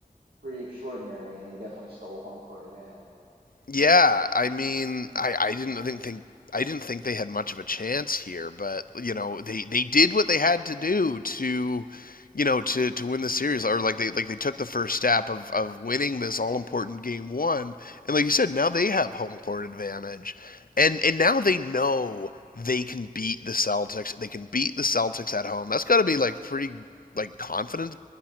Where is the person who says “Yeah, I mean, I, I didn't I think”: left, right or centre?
Left